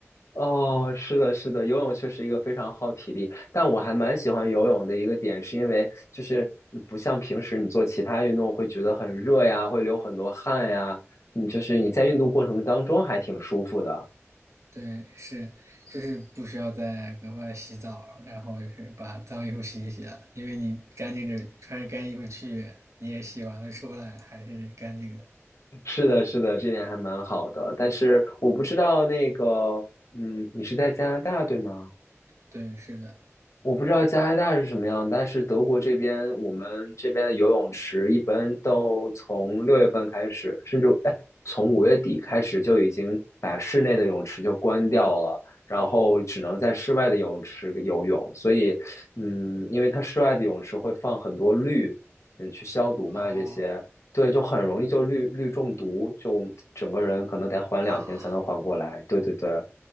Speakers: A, on the left; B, on the right.
A: 哦，是的，是的，游泳确实一个非常耗体力，但我还蛮喜欢游泳的一个点，是因为就是不像平时你做其他运动会觉得很热呀，会流很多汗呀，你就是你在运动过程当中还挺舒服的。
B: 对，是，就是不需要再额外洗澡，然后就是把脏衣服洗一洗了，因为你干净着穿着干衣服去，你也洗完了出来还是干净的。
A: 是的，是的，这点还蛮好的。但是我不知道那个，嗯，你是在加拿大对吗？
B: 对，是的。
A: 我不知道加拿大是什么样，但是德国这边，我们这边的游泳池一般都从六月份开始，甚至哎，从五月底开始就已经把室内的泳池就关掉了，然后只能在室外的泳池游泳。所以，嗯，因为它室外的泳池会放很多氯，嗯，去消毒嘛，
B: 哦
A: 这些，对，就很容易就氯氯中毒，就整个人可能得缓两天才能缓过来。
B: 啊，
A: 对对对。